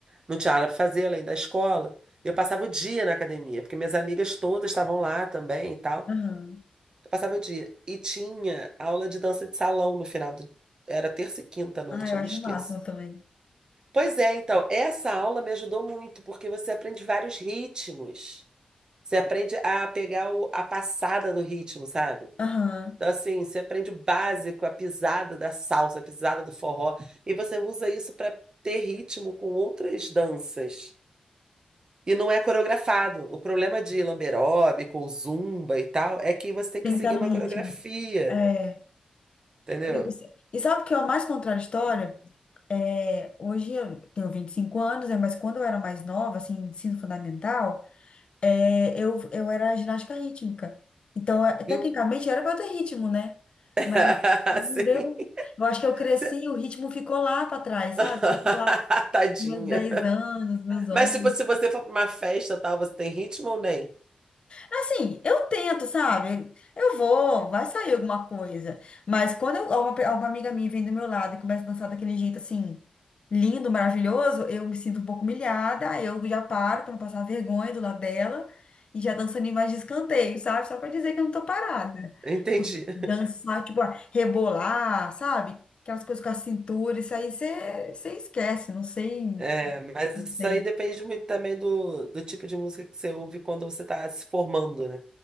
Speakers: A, on the right; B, on the left.
A: Não tinha nada pra fazer além da escola. Eu passava o dia na academia, porque minhas amigas todas estavam lá também e tal.
B: aham.
A: Eu passava o dia. E tinha aula de dança de salão no final do... Era terça e quinta à noite,
B: Ah, eu
A: eu não
B: acho
A: esqueço.
B: o máximo também.
A: Pois é, então, essa aula me ajudou muito, porque você aprende vários ritmos. Você aprende a pegar o- a passada do ritmo, sabe?
B: Aham.
A: Então, assim, você aprende o básico, a pisada da salsa, a pisada do forró, e você usa isso para ter ritmo com outras danças. E não é coreografado. O problema de lamberóbico, ou zumba e tal, é que você tem
B: Tem
A: que
B: que
A: seguir
B: estar no
A: uma coreografia,
B: ritmo. É.
A: entendeu?
B: E e sabe o que é o mais contraditório? É, hoje eu tenho 25 anos, né, mas quando eu era mais nova, assim, ensino fundamental, é, eu, eu era ginástica rítmica. Então, é, tecnicamente,
A: Em-
B: era para eu ter ritmo, né?
A: <laughs>
B: Mas
A: Assim,
B: não deu. Eu acho que eu cresci,
A: você-
B: o ritmo ficou lá para trás, sabe?
A: <laughs>
B: Ficou lá com
A: Tadinha.
B: meus 10 anos, meus 11.
A: Mas tipo, se você for para uma festa tal, você tem ritmo ou nem?
B: Assim, eu tento, sabe? Eu vou, vai sair alguma coisa. Mas quando eu- uma, pe- uma amiga minha vem do meu lado e começa a dançar daquele jeito assim, lindo, maravilhoso, eu me sinto um pouco humilhada, aí eu já paro pra não passar vergonha do lado dela e já dançando em mais de escanteio, sabe? Só pra dizer que eu não tô parada.
A: Entendi.
B: Dançar, tipo, ah, rebolar, sabe? Aquelas coisas com a cintura, isso aí você esquece, não sei,
A: É, mas
B: não
A: isso
B: sei.
A: aí depende muito também do, do tipo de música que você ouve quando você está se formando, né?